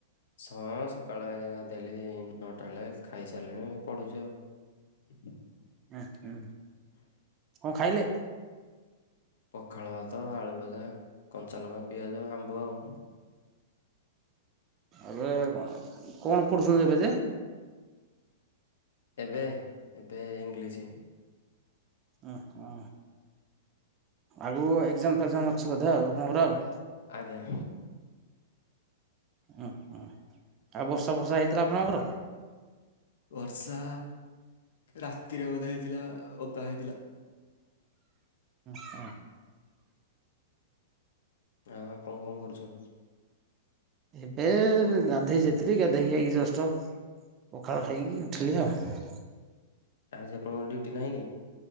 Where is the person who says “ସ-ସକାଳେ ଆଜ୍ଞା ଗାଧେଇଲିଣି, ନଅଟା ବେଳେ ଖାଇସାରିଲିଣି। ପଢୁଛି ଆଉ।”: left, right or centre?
Left